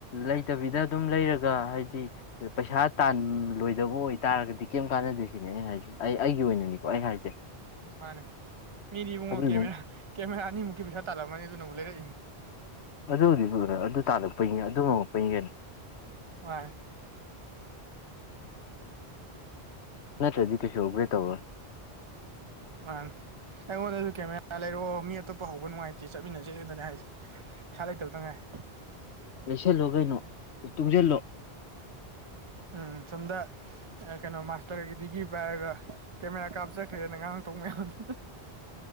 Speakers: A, on the left; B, on the right.
A: ꯂꯩꯇꯕꯤꯗ ꯑꯗꯨꯝ ꯂꯩꯔꯒ ꯍꯥꯏꯗꯤ ꯄꯩꯁꯥ ꯇꯥꯟꯂꯣꯏꯗꯕ ꯑꯣꯏꯇꯥꯥꯔꯒꯗꯤ ꯀꯩꯝ ꯀꯥꯟꯅꯗꯦ ꯁꯤꯅꯦ ꯑꯩ ꯍꯥꯏꯁꯦ ꯑꯩ ꯑꯩꯒꯤ ꯑꯣꯏꯅ ꯅꯤꯀꯣ ꯑꯩ ꯍꯥꯏꯁꯦ
B: ꯃꯥꯅꯦ ꯃꯤꯗꯤ ꯏꯕꯨꯡꯉꯣ
A: ꯑꯗꯨꯅꯦ
B: ꯀꯦꯃꯦꯔꯥ ꯀꯦꯃꯦꯔꯥ ꯑꯅꯤꯃꯨꯛꯀꯤ ꯄꯩꯁꯥ ꯇꯥꯜꯂꯝꯃꯅꯤ ꯑꯗꯨꯅꯕꯨ ꯂꯩꯔꯛꯏꯅꯤ
A: ꯑꯗꯨꯕꯨꯗꯤ ꯐꯒꯗꯕ ꯑꯗꯨ ꯇꯥꯜꯂꯛꯄꯩꯅꯤ ꯑꯗꯨ ꯉꯝꯃꯛꯄꯩꯅꯤ ꯀꯩꯅꯣ
B: ꯃꯅꯦ
A: ꯅꯠꯇ꯭ꯔꯗꯤ ꯀꯩꯁꯨ ꯑꯧꯒ꯭ꯔꯦ ꯇꯧꯔꯣꯢ
B: ꯃꯥꯅꯦ ꯑꯩꯉꯣꯟꯗꯖꯨ ꯀꯦꯃꯦꯔꯥ ꯂꯩꯔꯛꯑꯣ ꯃꯤ ꯑꯇꯣꯞꯄ ꯍꯧꯕ ꯅꯨꯡꯉꯥꯏꯇꯦ ꯆꯠꯃꯤꯟꯅꯁꯦꯗꯅꯦ ꯍꯥꯏꯁꯦ ꯄꯩꯁꯥ ꯂꯩꯇꯕꯇꯪ ꯉꯥꯏꯔꯦ
A: ꯂꯩꯁꯜꯂꯣ ꯀꯩꯅꯣ ꯇꯨꯡꯖꯤꯜꯂꯣ
B: ꯎꯝ ꯁꯣꯝꯗ ꯑ ꯀꯩꯅꯣ ꯃꯥꯁꯇꯔꯒꯤ ꯗꯤꯒ꯭ꯔꯤ ꯄꯥꯏꯔꯒ ꯀꯦꯃꯦꯔꯥ ꯀꯥꯞ ꯆꯠꯈ꯭ꯔꯦꯅ ꯉꯥꯡꯂꯛꯇꯧ ꯃꯌꯥꯝꯗꯣ